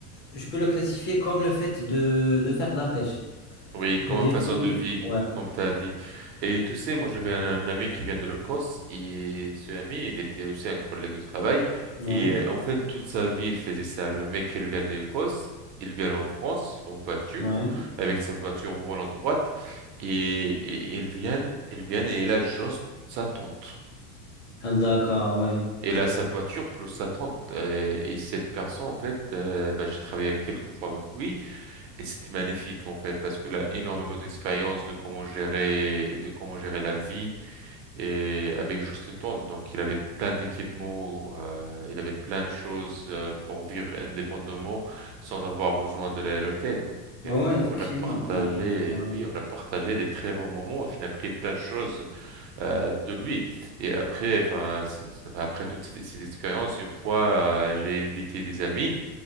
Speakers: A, on the left; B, on the right.
A: je peux le classifier comme le fait de, de faire de la pêche.
B: Oui,
A: Tu
B: comme
A: te défoules,
B: façon de vie,
A: ouais,
B: comme tu as dit. Et tu sais, moi j'avais un ami qui vient de l'Écosse et ce ami, il était aussi un collègue de travail.
A: ouais,
B: Et euh, en fait, toute sa vie, il faisait ça. Le mec, il vient de l'Écosse, il vient en France en voiture,
A: ouais.
B: avec sa voiture volant droite. Et, et il vient, il vient et il a juste sa tante.
A: Ah, D'accord, ouais.
B: Il a sa voiture plus sa tante. Euh, Et cette personne, en fait, euh, bah, j'ai travaillé quelques fois avec lui. Et c'était magnifique en fait parce que là énormément d'expérience de comment gérer de comment gérer la vie et avec Justin Tourne donc il avait plein d'équipements euh, il avait plein de choses euh, pour vivre indépendamment sans avoir besoin de la- l'hôtel donc
A: Ah
B: euh,
A: Ouais, effectivement,
B: on a partagé
A: euh, ouais,
B: oui on a partagé des très bons moments j'ai appris plein de choses euh, de lui et après enfin c'est- c'est- après toute cette, cette expérience une fois euh, j'ai invité des amis